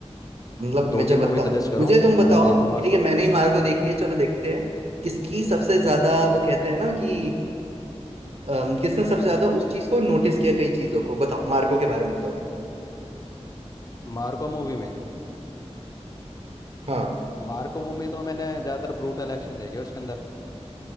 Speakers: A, on the right (about 60°); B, on the left (about 30°).
A: मतलब
B: दो
A: मुझे
B: तीन मूवी
A: बता
B: सजेस्ट करो
A: मुझे तुम बताओ
B: मैं देखूंगा
A: कि ठीक
B: उसको
A: है मैंने ही मार्को देखी है चलो देखते हैं किसकी सबसे ज्यादा वो कहते हैं ना कि अम, किसने सबसे ज्यादा उस चीज को नोटिस किया कई चीजों को बताओ मार्को के बारे में बताओ तुम
B: मार्को मूवी में
A: हाँ
B: मार्को मूवी में तो मैंने ज़्यादातर ब्रूटल एक्शन देखे उसके अंदर